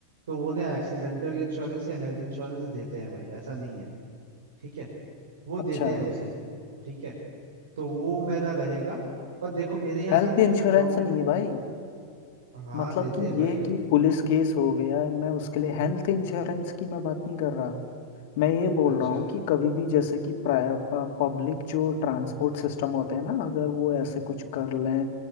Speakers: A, on the right; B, on the left.
A: तो वो उन्हें एक्सीडेंटल इंश्योरेंस या हेल्थ इंश्योरेंस देते हैं भाई ऐसा नहीं है ठीक है वो देते
B: अच्छा
A: हैं उसे ठीक है तो वो मेरा रहेगा पर देखो मेरे यहाँ
B: हेल्थ
A: ना जो है
B: इंश्योरेंस
A: ना गवर्नमेंट
B: नहीं है भाई
A: हाँ
B: मतलब
A: देते
B: कि
A: हैं भाई
B: ये कि पुलिस केस हो गया है मैं उसके लिए हेल्थ इंश्योरेंस की मैं बात नहीं कर रहा मैं ये बोल
A: अच्छा
B: रहा हूँ कि कभी भी जैसे कि पब्लिक जो ट्रांसपोर्ट सिस्टम होते हैं ना अगर वो ऐसे कुछ कर लें